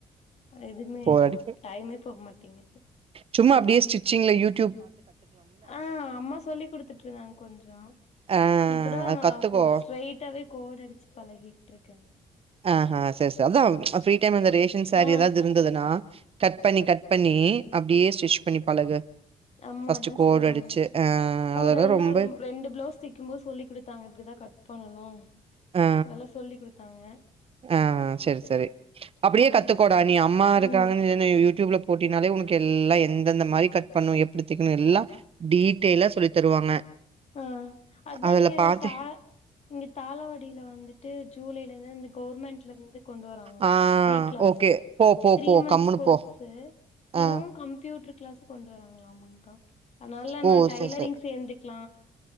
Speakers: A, on the left; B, on the right.
A: எதுவுமே
B: போர் அடிக்கு
A: டைமே போக மாட் எங்க <inaudible>
B: சும்மா அப்டியே ஸ்டிச்சிங்ல இருக்
A: ஆ அம்மா சொல்லி் கொடுத்துட்டு இருந்தாங்க கொஞ்சோ
B: ஆ
A: இப்பதான்
B: அது
A: நா
B: கத்துக்கோ
A: ஸ்ட்ரரைட்டாவே கோடு அடிச்சு பழகிட்டு் இருக்கே
B: ஆ ஆ செரி செரி அ அதா ஃப்ரீ டைம் அந்த <unintelligible> சாரீ
A: ஆ
B: ஏதாவது இருந்ததுன்னா கட் பண்ணி கட் பண்ணி அப்டியே ஸ்டிச் பண்ணி பழகு
A: ஆமா
B: ஃபர்ஸ்ட்
A: அதா
B: கோடு
A: சொன்னாங்க
B: அடிச்சு ஆ
A: கூட
B: அதெல்லா
A: இருந்து
B: ரொம்ப
A: ஒரு ரெண்டு பிளவுஸ் தைக்கும் போது சொல்லி குடுத்தாங்க இப்படிதா கட் பண்ணணு
B: ஆ
A: நல்லா சொல்லிகுடுத் தாங்க
B: ஆ செரி செரி அப்டியே கத்துக்கோடா
A: அதுக்
B: நீ அம்மா இருக்காங்கு
A: ம்
B: யூடியூப்ல போட்டினாலே உனக்கு எல்லா இந்தந்தந்த மாரி கட் பண்ணு எப்டி திக்கணு எல்லா டீட்டெலா சொல்லி தருவாங்க
A: ஆ அதா
B: அதுல
A: இங்க
B: பாத்து
A: தா இங்க தாளவடியில வந்துட்டு ஜூலையிலதா வந் கவர்மெண்ட்லருந்து கொண்டு வராங்களா
B: ஆ
A: ஃபிரீ கிளாஸ்
B: ஓகே போ போ
A: த்ரீ
B: போ
A: மந்த்ஸ்
B: கம்முனு
A: கோர்ஸ்ஸு
B: போ
A: இதுவும்
B: ஆ
A: கம்ப்யூட்ரு கிளாஸு கொண்டு வராங்களாமாங்கா அதனால
B: ஓ
A: நான் டைலரிங்
B: சரி சரி
A: சேர்ந்துக்க